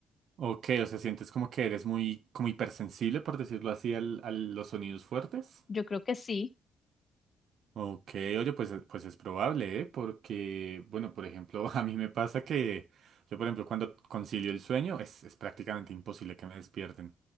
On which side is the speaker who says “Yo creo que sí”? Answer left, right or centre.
Left